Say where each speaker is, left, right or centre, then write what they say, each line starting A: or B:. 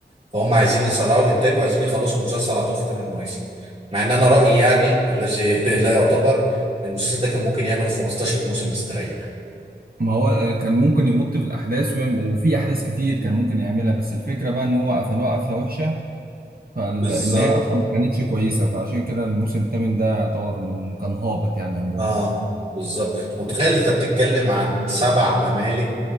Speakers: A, on the right (about 35°); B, on the right (about 55°).
A: فهم عايزين يسرعوا الانتاج وعايزين يخلصوا المسلسل على طول في 8 مواسم مع ان انا رايي يعني الذي <laughs> لا يعتبر المسلسل ده كان ممكن يعمل 15 موسم مستريح
B: ما هو آه، كان ممكن يمط في الأحداث ويعمل وفي أحداث كتير كان ممكن يعملها بس الفكرة بقى إن هو قفلوها قفلة وحشة فالنهاية
A: بالظبط
B: أصلا ما كانتش كويسة فعشان كده الموسم الثامن ده يعتبر من كان هابط يعني عموما
A: اه بالظبط انت متخيل انت بتتكلم عن سبع ممالك